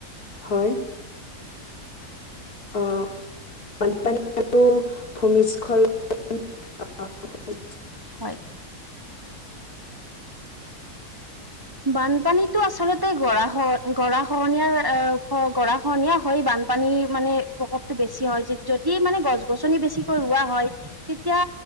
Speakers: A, on the left; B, on the right.
A: হয়। অ বানপানী আৰু ভূমিস্খলন <unintelligible>
B: হয় বানপানীটো আচলতে গৰাখহ গৰা খহনীয়াৰ গৰা খনীয়া হয় বান বানপানী মানে প্ৰকোপটো বেছি হয় যদি মানে গছ গছনি বেছিকৈ ৰোৱা হয় এতিয়া